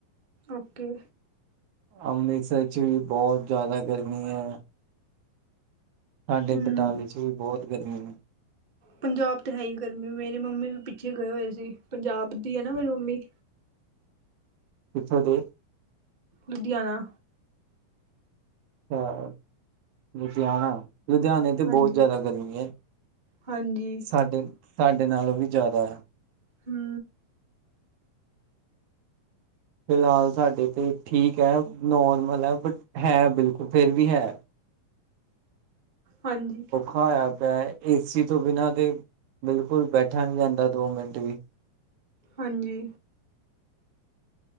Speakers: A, on the right; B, on the right.
A: ਓਕੇ
B: ਅੰਮ੍ਰਿਤਸਰ ਚ ਵੀ ਬਹੁਤ ਜ਼ਿਆਦਾ ਗਰਮੀ ਹੈ ਸਾਡੇ
A: ਹਮ
B: ਬਟਾਲੇ ਚ ਵੀ ਬਹੁਤ ਗਰਮੀ ਨੇ
A: ਪੰਜਾਬ ਤੇ ਹੈ ਹੀ ਗਰਮੀ ਮੇਰੀ ਮੰਮੀ ਵੀ ਪਿੱਛੇ ਗਏ ਹੋਏ ਸੀ ਪੰਜਾਬ ਦੀ ਹੈ ਨਾ ਮੇਰੀ ਮੰਮੀ
B: ਕਿੱਥੋ ਦੇ?
A: ਲੁਧਿਆਣਾ।
B: ਅੱਛਾ, ਲੁਧਿਆਣਾ, ਲੁਧਿਆਣੇ ਤੇ ਬਹੋਤ
A: ਹਾਂਜੀ
B: ਜਾਦਾ ਗਰਮੀ ਏ,
A: ਹਾਂਜੀ
B: ਸਾਡੇ, ਸਾਡੇ ਨਾਲੋਂ ਵੀ ਜਾਦਾ ਏ।
A: ਹੂੰ।
B: ਫਿਲਹਾਲ ਸਾਡੇ ਏਥੇ ਠੀਕ ਹੈ। ਨੋਰਮਲ ਹੈ। ਬਟ ਹੈ ਬਿਲਕੁਲ, ਫੇਰ ਵੀ ਹੈ।
A: ਹਾਂਜੀ।
B: ਹੋਆ ਪਿਆ ਏ, ਏ ਸੀ ਤੋਂ ਬਿਨਾਂ ਤੇ, ਬਿਲਕੁਲ ਬੈਠਾ ਨਈ ਜਾਂਦਾ, ਦੋ ਮਿੰਟ ਵੀ।
A: ਹਾਂਜੀ।